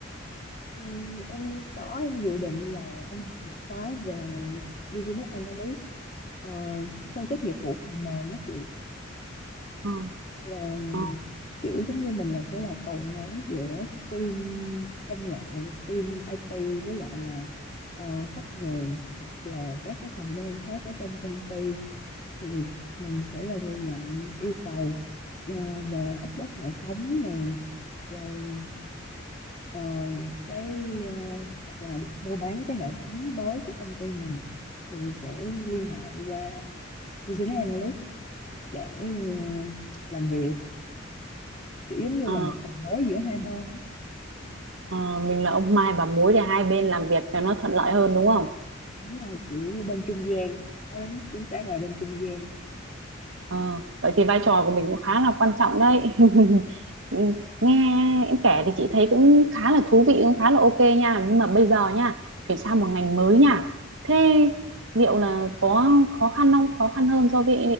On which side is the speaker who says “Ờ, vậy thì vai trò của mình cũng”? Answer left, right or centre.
Right